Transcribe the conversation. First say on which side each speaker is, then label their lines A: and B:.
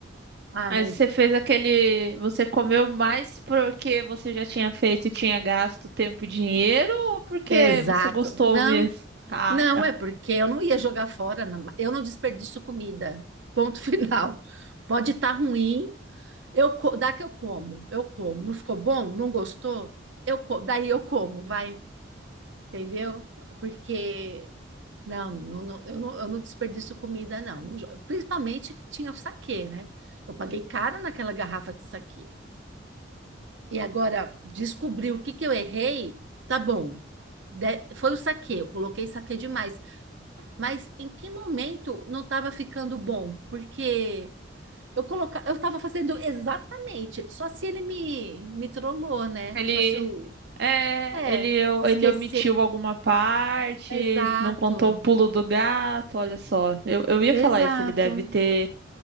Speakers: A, on the right; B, on the right.
A: Ah,
B: Mas
A: mas
B: você fez aquele. Você comeu mais porque você já tinha feito e tinha gasto tempo e dinheiro ou porque
A: Exato.
B: você gostou
A: Não,
B: mesmo? Ah,
A: não, é porque eu não ia jogar fora, não. Eu não desperdiço comida. Ponto <laughs> final. Pode estar ruim, Eu, co- dá que eu como, eu como. Não ficou bom? Não gostou? Eu, co- daí eu como, vai, entendeu? Porque não, não, não, eu não, eu não desperdiço comida, não. Não jo- Principalmente que tinha o saquê, né? Eu paguei caro naquela garrafa de saquê. E agora, descobri o que que eu errei, tá bom. De- foi o saquê, eu coloquei saquê demais. Mas em que momento não estava ficando bom? Porque eu coloca... eu tava fazendo exatamente, só se ele me, me trollou, né?
B: Ele,
A: Só se o.
B: é,
A: É,
B: ele,
A: esquecer.
B: ele omitiu alguma parte,
A: Exato,
B: não contou o pulo do gato, olha só. Eu, eu ia
A: exato.
B: falar isso, ele deve ter,